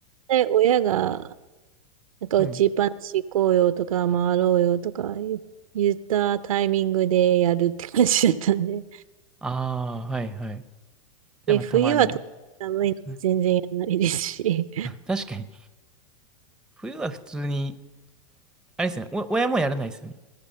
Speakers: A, on the right; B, in the centre.
A: で親が、なんか打ちっぱなし行こうよとか回ろうよとか言言ったタイミングでやるって感じだったんで。
B: はい。ああ、はいはい。じゃあまあたまに。
A: で、冬は特に寒いので全然やらないですし。
B: <laughs> はい確かに冬は普通に、あれですね、お親もやらないですよね。